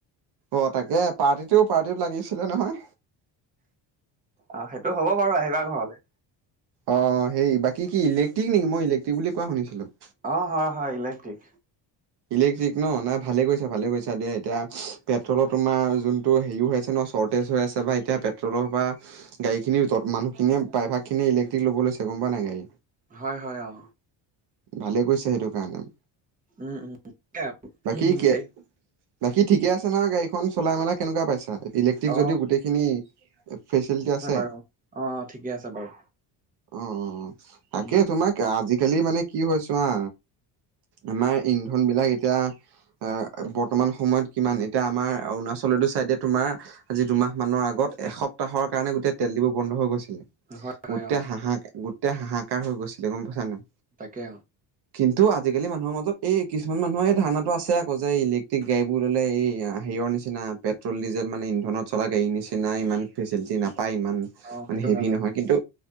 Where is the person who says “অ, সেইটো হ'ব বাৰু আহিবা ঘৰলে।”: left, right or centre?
Right